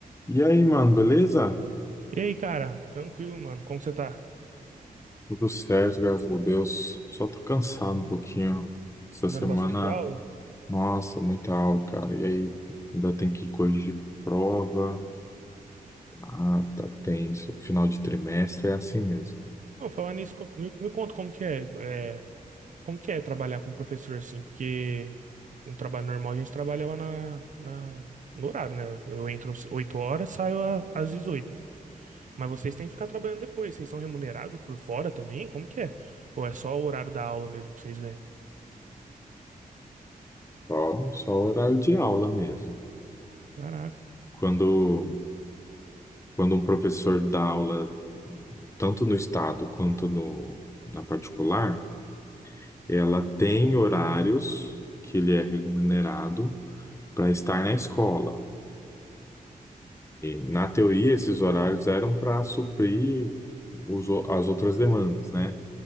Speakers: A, on the left; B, on the right.
A: E aí, mano, beleza?
B: E aí, cara? Tranquilo, mano. Como você tá?
A: Tudo certo, graças a Deus. Só tô cansado um pouquinho. Essa
B: Dando
A: semana,
B: bastante aula?
A: nossa, muita aula, cara. E aí, ainda tem que corrigir prova. Ah, tá tenso. Final de trimestre é assim mesmo.
B: Não, falando nisso, co- me, me conta como que é, é, como que é trabalhar com professor assim, porque um trabalho normal a gente trabalha lá na, na, no horário, né? Eu entro às 8 horas, saio a- às 18. Mas vocês têm que ficar trabalhando depois. Vocês são remunerados por fora também? Como que é? Ou é só o horário da aula mesmo que vocês ganham?
A: Só, só horário de aula mesmo.
B: Caraca.
A: Quando, quando um professor dá aula, tanto no estado quanto no, na particular, ela tem horários que ele é remunerado para estar na escola. Na teoria, esses horários eram para suprir os o- as outras demandas, né?